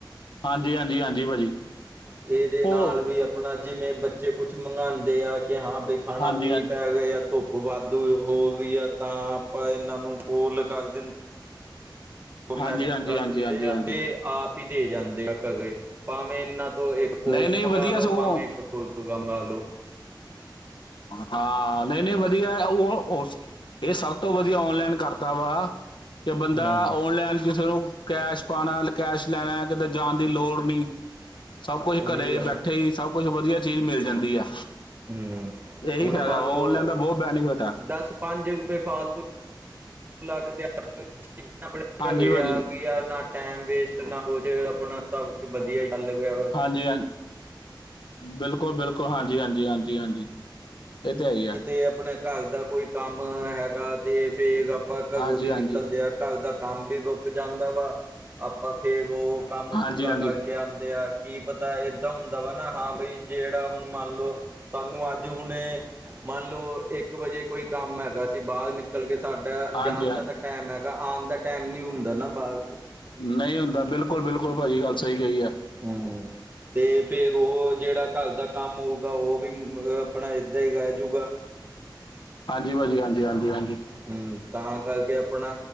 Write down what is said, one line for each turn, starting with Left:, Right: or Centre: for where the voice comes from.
Left: ਹਾਂਜੀ ਹਾਂਜੀ ਹਾਂਜੀ ਭਾਜੀ।
Right: ਇਹਦੇ
Left: ਉਹ
Right: ਨਾਲ ਵੀ ਆਪਣਾ ਜਿਵੇਂ ਬੱਚੇ ਕੁਛ ਮੰਗਵਾਉਂਦੇ ਆ। ਕਿ ਹਾਂ ਬਈ ਖਾਣਾ
Left: ਹਾਂਜੀ
Right: ਮੀਂਹ
Left: ਹਾਂ
Right: ਪੈ ਗਿਆਏ ਜਾਂ ਧੁੱਪ। ਵਾਧੂ ਹੋ ਗਈ ਆ ਤਾਂ ਆਪਾਂ ਇਹਨਾਂ ਨੂੰ ਕੋਲ ਕਰ <inaudible> ਉਹ ਮੈਸੇਜ
Left: ਹਾਂਜੀ ਹਾਂਜੀ
Right: ਕਰ
Left: ਹਾਂਜੀ
Right: ਦਿੰਦੇ
Left: ਹਾਂਜੀ
Right: ਆ
Left: ਹਾਂਜੀ
Right: ਤੇ ਆਪ ਹੀ ਦੇ ਜਾਂਦੇ ਆ ਘਰੇ ਭਾਵੇਂ ਇੰਨਾ ਤੋਂ ਇੱਕ ਕੋਕ
Left: ਨਹੀਂ ਨਹੀਂ
Right: ਮੰਗ
Left: ਵਧੀਆ
Right: ਲੋ
Left: ਸਗੋਂ
Right: ਭਾਵੇਂ ਇੱਕ ਕੋਕਾ ਕੋਲਾ ਮੰਗ ਲਉ।
Left: ਹਾਂ, ਨਹੀਂ, ਨਹੀਂ, ਵਧੀਆ ਹੈ। ਉਹ ਇਹ ਸਭ ਤੋਂ ਵਧੀਆ ਔਨਲਾਈਨ ਕਰਦਾ ਵਾ ਕਿ ਬੰਦਾ
Right: ਹੂੰ
Left: ਔਨਲਾਈਨ ਚਲੋ ਕੈਸ਼ ਪਾਉਣਾ ਕੈਸ਼ ਲੈਣਾ ਕਿਤੇ ਜਾਣ ਦੀ ਲੋੜ ਨਹੀਂ ਸਭ ਕੁਛ
Right: ਉਹੀ
Left: ਘਰੇ
Right: ਆ
Left: ਬੈਠੇ
Right: ਨਾ
Left: ਹੀ ਸਭ ਕੁਛ ਵਧੀਆ ਚੀਜ਼ ਮਿਲ ਜਾਂਦੀ ਆ
Right: ਹੂ
Left: ਇਹੀ
Right: ਹੁਣ
Left: ਫਾਇਦਾ
Right: ਮੰਨ
Left: ਵਾ ਔਨਲਾਈਨ
Right: ਲਓ
Left: ਦਾ ਬਹੁਤ ਬੈਨੀਫਿਟ ਆ
Right: ਦਸ ਪੰਜ ਰੁਪਏ ਫਾਲਤੂ ਲੱਗਦੇ ਆ ਚੀਜ਼ਾਂ ਆਪਣੇ
Left: ਹਾਂਜੀ
Right: ਘਰੇ
Left: ਭਾਜੀ
Right: ਆ ਗਈਆਂ ਨਾ। ਟਾਈਮ ਵੇਸਟ ਨਾ ਕੁਛ ਆਪਣਾ ਸਭ ਕੁਛ ਵਧੀਆ ਚੱਲ ਗਿਆ ਵਾ
Left: ਹਾਂਜੀ ਹਾਂਜੀ ਬਿਲਕੁਲ-ਬਿਲਕੁਲ, ਹਾਂਜੀ-ਹਾਂਜੀ-ਹਾਂਜੀ-ਹਾਂਜੀ, ਇਹ ਤੇ ਹੈ ਹੀ ਆ
Right: ਤੇ ਆਪਣੇ ਘਰ ਦਾ ਕੋਈ ਕੰਮ ਹੈਗਾ, ਤੇ ਫਿਰ ਆਪਾਂ ਘਰੋਂ
Left: ਹਾਂਜੀ
Right: ਦੀ
Left: ਹਾਂਜੀ
Right: ਨਿਕਲਦੇ ਆ ਘਰ ਦਾ ਕੰਮ ਵੀ ਰੁੱਕ ਜਾਂਦਾ ਵਾ ਆਪਾਂ ਫੇਰ ਉਹ ਕੰਮ
Left: ਹਾਂਜੀ
Right: ਪੂਰਾ
Left: ਹਾਂਜੀ
Right: ਕਰਕੇ ਆਉਂਦੇ ਆ ਕੀ ਪਤਾ ਏਦਾਂ ਹੁੰਦਾ ਵਾ ਨਾ ਹਾਂ ਬਈ ਜਿਹੜਾ ਹੁਣ ਮੰਨ ਲਓ, ਸਾਨੂੰ ਅੱਜ ਹੁਣ ਮੰਨ ਲਓ ਇੱਕ ਇੱਕ ਵਜੇ ਕੋਈ ਕੰਮ ਹੈਗਾ ਸੀ, ਬਾਹਰ ਨਿਕਲ ਕੇ ਸਾਡਾ
Left: ਹਾਂਜੀ
Right: ਜਾਣ
Left: ਹਾਂ
Right: ਦਾ ਤਾਂ ਟਾਈਮ ਹੈਗਾ, ਆਉਣ ਦਾ ਟਾਈਮ ਨੀ ਹੁੰਦਾ ਨਾ ਬਾਹਰ ਤੋਂ
Left: ਨਹੀਂ ਹੁੰਦਾ ਬਿਲਕੁਲ-ਬਿਲਕੁਲ ਭਾਜੀ ਗੱਲ ਸਹੀ ਕਹੀ ਹੈ
Right: ਹੂੰ ਤੇ ਫਿਰ ਉਹ ਜਿਹੜਾ ਘਰ ਦਾ ਕੰਮ ਹੋਊਗਾ। ਓ ਵੀ ਅ ਆਪਣਾ ਏਦਾਂ ਈ ਰਹਿ ਜੂਗਾ।
Left: ਹਾਂਜੀ ਭਾਜੀ। ਹਾਂਜੀ- ਹਾਂਜੀ -ਹਾਂਜੀ
Right: ਹੂੰ, ਤਾਂ ਕਰਕੇ ਆਪਣਾ